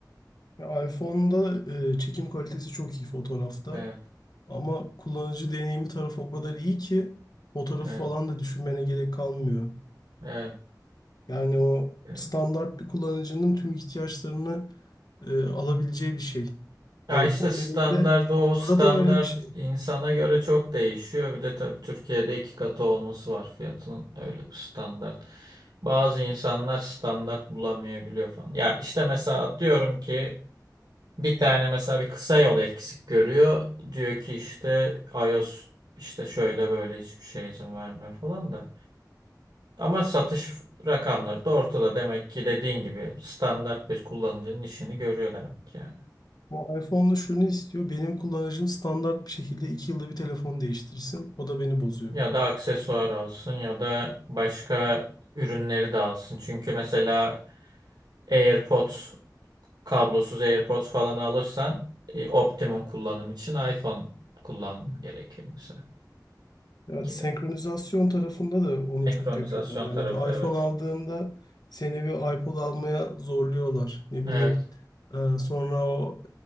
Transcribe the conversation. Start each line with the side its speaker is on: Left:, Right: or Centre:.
Left: ya iPhone'da e, çekim kalitesi çok iyi fotoğrafta
Right: Evet.
Left: ama kullanıcı deneyimi tarafı o kadar iyi ki fotoğrafı
Right: Evet.
Left: falan da düşünmene gerek kalmıyor.
Right: Evet.
Left: Yani o
Right: Yani.
Left: standart bir kullanıcının tüm ihtiyaçlarını e, alabileceği bir şey.
Right: Ya
Left: iPhone
Right: işte standart
Left: benim de
Right: o standart
Left: aradığım öyle bir şey.
Right: insana göre çok değişiyor. Bir de tabii Türkiye'de iki katı olması var fiyatın öyle bir standart. Bazı insanlar standart bulamayabiliyor falan. Ya işte mesela diyorum ki bir tane mesela bir kısa yol eksik görüyor. Diyor ki işte iOS işte şöyle böyle hiçbir şey izin vermiyor falan da. Ama satış rakamları da ortada. Demek ki dediğin gibi standart bir kullanıcının işini görüyor demek ki yani.
Left: Bu iPhone'da şunu istiyor. Benim kullanıcım standart bir şekilde iki yılda bir telefon değiştirsin. O da beni bozuyor.
Right: Ya da aksesuar alsın ya da başka ürünleri de alsın. Çünkü mesela AirPods, kablosuz AirPods falan alırsan e, optimum kullanım için iPhone kullanman gerekiyor mesela
Left: Ya
Right: gibi.
Left: senkronizasyon tarafında da onu
Right: Senkronizasyon
Left: çok yapıyorlar. Yani
Right: tarafı
Left: bir
Right: evet.
Left: iPhone aldığında seni bir iPod almaya zorluyorlar. Ne
Right: Evet.
Left: bileyim e, sonra o